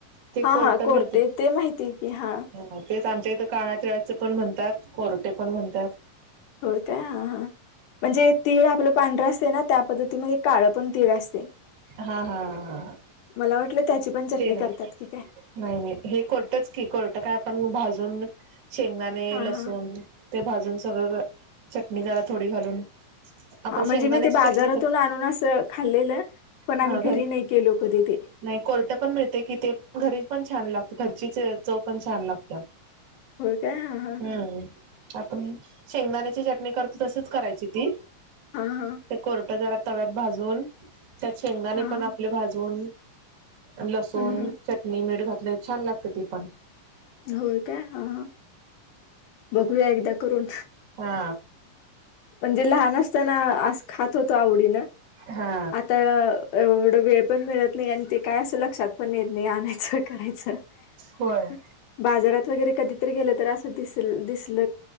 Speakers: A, on the right; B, on the left.
A: ते
B: हा
A: कोर्ट
B: हा कोरटे
A: मिळते.
B: ते कि हा
A: हा तेच आमच्या इथं काळ तिळाचं पण म्हणतात कोरटे पण म्हणतात.
B: होय काय हा हा म्हणजे तिळ आपलं पांढरा असते ना त्या पद्धतीमध्ये काळ पण तिळ असते.
A: हा हा हा
B: मला वाटलं त्याची पण चटणी
A: ते नाही
B: करतात की काय
A: नाही नाही हे कोरटच की कोरट काय आपण भाजुन दोन शेंगदाने
B: हा
A: लसून
B: हा
A: ते भाजून सगळं चटणी जरा थोडी घालून. आपण
B: हा म्हणजे
A: शेंगदाण्याची
B: मी ते बाजारातून
A: चटणी करतो
B: आणून असं खाल्लेलं. पण आम्ही
A: हा घरी
B: नाही केलो कधी ते
A: नाही कोरट पण मिळते कि ते पण घरी छान लागते. घरचीच चव पण छान लागतात
B: होय काय हा हा
A: हम्म आपण शेंगदाण्याची चटणी करतो तशीच करायची ती
B: हा हा
A: ते कोरटं जरा तव्यात भाजून त्यात शेंगदाणे
B: हा हा
A: पण आपले भाजून लसुण
B: हम्म हम्म
A: चटणी मीठ घात लय‌ छान लागत ती पण.
B: होय काय हा हा बघूया एकदा करून.
A: हा
B: म्हणजे लहान असताना आस खात होतो आवडी न
A: हा
B: आता अ ऐव वेळ पण मिळत नाही आणि ते काय असं लक्षात पण येत नाही आणयचं कि नाही चला
A: होय
B: बाजारात वगैरे कधीतरी गेलं तर असं दिसल दिसल